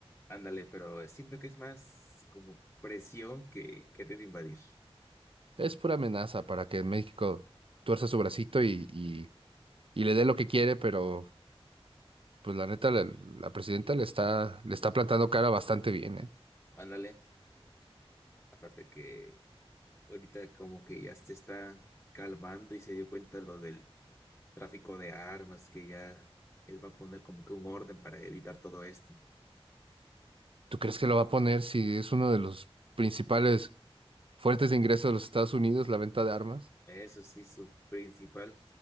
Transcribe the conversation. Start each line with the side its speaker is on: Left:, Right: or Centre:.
Left: Ándale, pero siento que es más como presión que querer invadir.
Right: Es pura amenaza para que México tuerza su bracito y, y y le dé lo que quiere, pero pues la neta, la, la presidenta le está, le está plantando cara bastante bien, ¿eh?
Left: Ándale. Aparte que. Ahorita como que ya se está calmando y se dio cuenta lo del tráfico de armas, que ya él va a poner como que un orden para evitar todo esto.
Right: ¿Tú crees que lo va a poner si es uno de los principales fuentes de ingresos de los Estados Unidos, la venta de armas?
Left: Eso sí, su principal